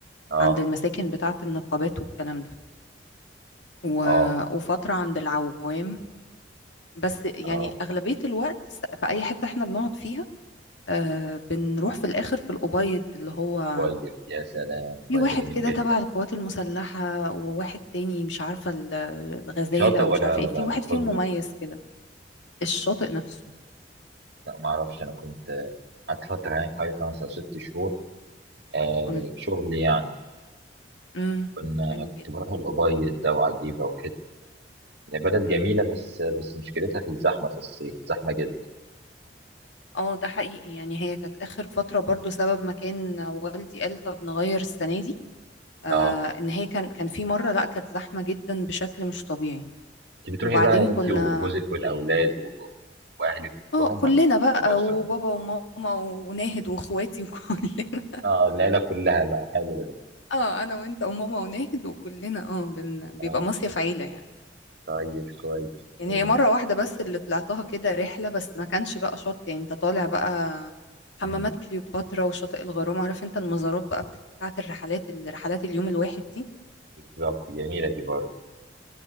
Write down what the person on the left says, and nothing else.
عند المساكن بتاعة النقابات والكلام ده و...
وفترة عند العوام بس يعني
أغلبية الوقت س- في أي حتة احنا بنقعد فيها آه بنروح في الآخر في الأبيض اللي هو
في واحد
كده
تبع القوات المسلحة وواحد تاني مش عارفة ال- الغزالة
ومش
عارفة
ايه في
واحد فيهم
مميز كده الشاطئ نفسه
قولي
امم
حلو
جدا
امم
اه ده حقيقي يعني هي كانت آخر فترة برضو سبب ما كان والدي قال طب نغير السنة دي آه
ان هي كان كان في مرة لا كانت زحمة جدا بشكل مش طبيعي
وبعدين
كنا
قولي
اه كلنا
بقى
وبابا وماما وناهد واخواتي <laughs> وكلنا
اه انا وانت وماما وناهد وكلنا اه بن...
بيبقى مصيف عيله يعني
يعني
هي مره واحده بس اللي طلعتها كده رحله بس ما كانش بقى شط يعني انت طالع بقى حمامات
كليوباترا وشاطئ الغرام عارف انت المزارات بقى بتاعت الرحلات الرحلات اليوم الواحد دي